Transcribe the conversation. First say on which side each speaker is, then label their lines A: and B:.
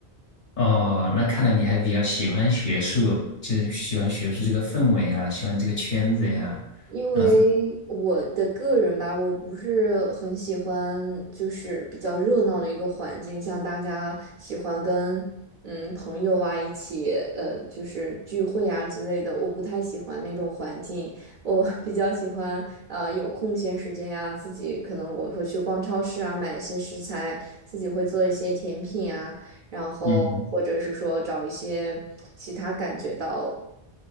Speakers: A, on the left; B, on the right.
A: 哦，那看来你还比较喜欢学术，就是喜欢学术这个氛围啊，喜欢这个圈子呀，
B: 因为我的个人吧，
A: 然后这，
B: 我不是很喜欢，就是比较热闹的一个环境，像大家喜欢跟嗯朋友啊一起，呃，就是聚会啊之类的，我不太喜欢那种环境。我 <laughs> 比较喜欢，呃，有空闲时间呀、自己可能我会去逛超市啊，买一些食材，自己会做一些甜品啊，然后或者是说找一些其他感觉到
A: 嗯